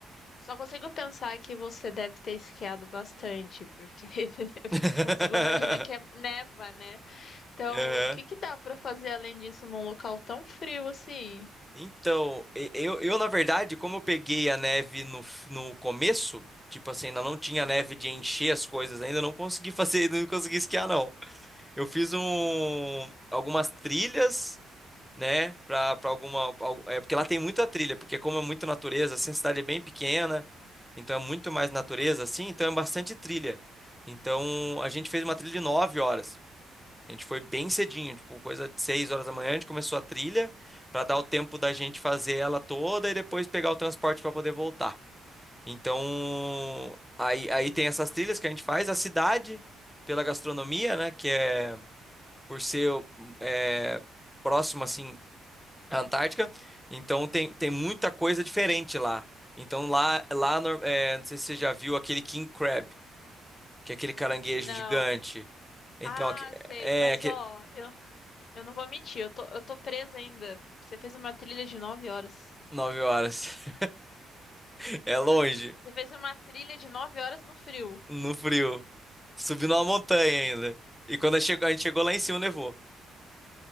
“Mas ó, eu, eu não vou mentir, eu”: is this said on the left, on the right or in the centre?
Left